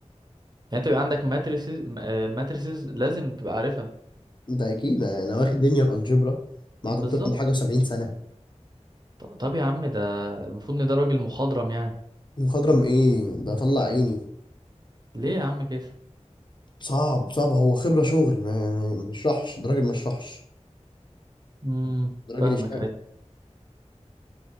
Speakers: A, on the right; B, on the left.
A: يعني انت بيبقى عندك ماتريسز ماتريسز لازم تبقى عارفها
B: ده اكيد انا واخد لينير الجبرا مع دكتور
A: بالظبط
B: عنده حاجه و70 سنه
A: ط- طب يا عم ده المفروض ان ده راجل مخضرم يعني
B: مخضرم ايه ده طلع عيني
A: ليه يا عم كده
B: صعب صعب هو خبره شغل ما ما يشرحش ده راجل ما يشرحش
A: امم
B: ده راجل
A: فاهمك
B: يشتغل
A: ايوه